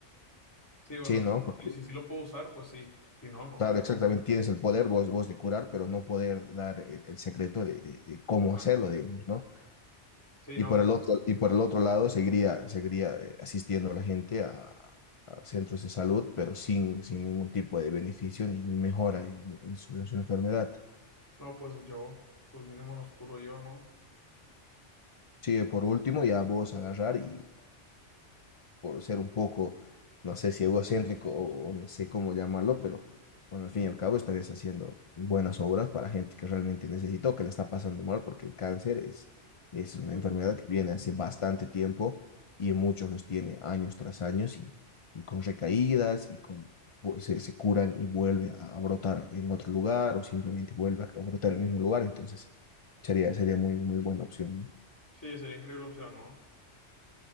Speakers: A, on the left; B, on the left.
A: Sí, bueno,
B: Sí,
A: sí,
B: ¿no? Porque,
A: si, si, sí lo puedo usar, pues sí. Si no, no.
B: claro, exactamente, tienes el poder vos, vos de curar, pero no poder dar el, el secreto de, de- de cómo
A: Ah,
B: hacerlo,
A: pues,
B: digamos, ¿no?
A: sí,
B: Y
A: no,
B: por el otro, y por el otro lado, seguiría, seguiría eh, asistiendo a la gente a, a centros de salud, pero sin, sin ningún tipo de beneficio ni, ni mejora en, en su, en su enfermedad.
A: no, pues yo, pues mínimo los curo yo, ¿no?
B: Sí, por último, ya vos agarrar y, por ser un poco, no sé si egocéntrico o o no sé cómo llamarlo, pero bueno, al fin y al cabo estarías haciendo buenas obras para gente que realmente necesita o que le está pasando mal, porque el cáncer es, es una
A: Pues,
B: enfermedad
A: Sí,
B: que viene hace bastante tiempo y muchos los tiene años tras años y, y con recaídas y con vu- se, se curan y vuelve a, a brotar en otro lugar o simplemente vuelve a, a brotar en el mismo lugar, entonces sería, sería muy, muy buena opción, ¿no?
A: Sí, sería increíble opción, ¿no?